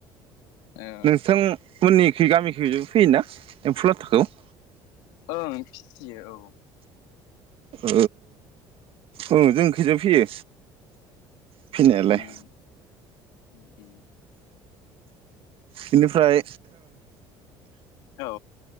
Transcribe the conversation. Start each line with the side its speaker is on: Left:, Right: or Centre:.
Left: ओ
Right: नोंथां <unintelligible> गामिखैबो फैयोना एम्फुलाथाखौ खौ
Left: ओं फिसियो औ
Right: औ औ औ जों खैजाबो फैयो। फिसिनायालाय
Left: उम उम उम
Right: बेनिफ्राय
Left: औ